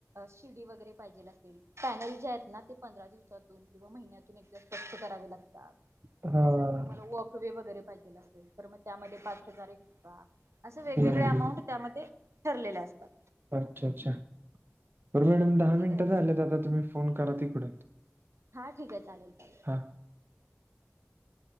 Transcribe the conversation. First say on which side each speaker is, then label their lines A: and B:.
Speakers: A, on the right; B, on the right.
A: शिडी वगैरे पाहिजेल असेल, पॅनल जे आहेत ना ते पंधरा दिवसातून किवा महिन्यातून एकदा स्वच्छ करावे लागतात,
B: हा
A: मग त्यासाठी तुम्हाला वॉकवे वगैरे पाहिजे तर मग त्यामध्ये पाच हजार एक एक्स्ट्रा असं वेगवेगळ्या
B: हम्म.
A: अमाऊंट त्यामध्ये ठरलेले असतात.
B: अच्छा! अच्छा! बर मॅडम दहा
A: ठीक
B: मिनटं
A: आहे
B: झाल्यात आता तुम्ही फोन करा तिकडून.
A: हा ठीक आहे चालेल.
B: हां